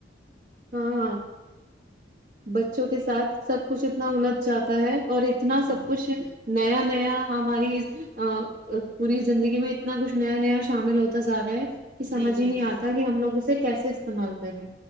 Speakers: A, on the right (about 60°); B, on the right (about 85°).
A: ہاں بچوں کے ساتھ سب کچھ اتنا الجھ جاتا ہے اور اتنا سب
B: ہاں
A: کچھ نیا نیا ہماری اس پوری زندگی میں اتنا کچھ نیا نیا شامل ہوتا جا رہا ہے کہ سمج
B: جی جی
A: ہی نہیں
B: جی
A: آتا کہ ہم لوگ اس اسے کیسے استعمال کریں